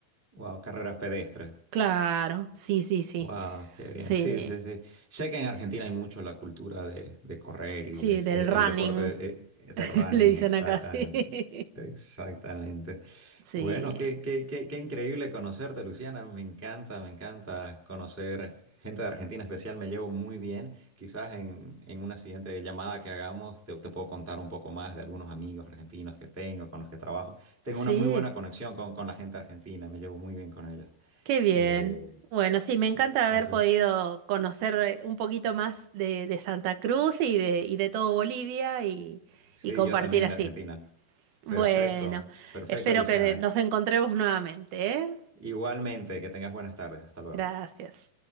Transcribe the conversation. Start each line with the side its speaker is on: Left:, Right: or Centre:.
Centre: Wow, carreras pedestres.
Right: Claro, sí, sí, sí.
Centre: Wow, qué bien.
Right: Sí,
Centre: Sí, sí, sí. Sé que en Argentina hay mucho la cultura de, de correr y
Right: sí,
Centre: de,
Right: del
Centre: el,
Right: running,
Centre: el deporte
Right: <laughs>
Centre: eh, del running,
Right: le dicen
Centre: exactamente.
Right: acá, sí. <laughs>
Centre: Exactamente.
Right: Sí,
Centre: Bueno, qué, qué, qué, qué increíble conocerte, Luciana. Me encanta, me encanta conocer gente de Argentina especial. Me llevo muy bien. Quizás en, en una siguiente llamada que hagamos te, te puedo contar un poco más de algunos amigos argentinos que tengo, con los que trabajo. Tengo
Right: sí,
Centre: una muy buena conexión con, con la gente argentina. Me llevo muy bien con ellos.
Right: qué bien.
Centre: Eh,
Right: Bueno, sí, me encanta
Centre: entonces...
Right: haber podido conocer de- un poquito más de, de Santa Cruz y de, y de todo Bolivia y,
Centre: Sí,
Right: y compartir
Centre: yo también
Right: así.
Centre: de Argentina.
Right: Bueno,
Centre: Perfecto, perfecto,
Right: espero
Centre: Luciana.
Right: que nos encontremos nuevamente, ¿eh?
Centre: Igualmente, que tengas buenas tardes. Hasta luego.
Right: Gracias.